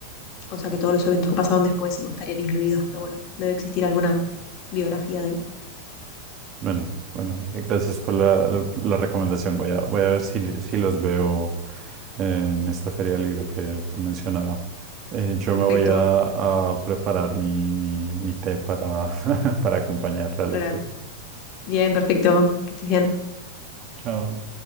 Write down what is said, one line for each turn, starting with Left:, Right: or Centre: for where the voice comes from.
Left: O sea que todos los eventos que pasaron después no estarían incluidos, pero bueno, debe existir alguna biografía de él.
Right: Bueno, bueno, eh, gracias por la, la- la recomendación. Voy a, voy a ver si, si los veo eh, en esta feria del libro que te mencionaba. Eh, yo
Left: Perfecto.
Right: me voy a, a preparar mi, mi, mi té para, <laughs> para acompañar la lectura.
Left: Lola. Bien, perfecto. Que estés bien.
Right: Chao.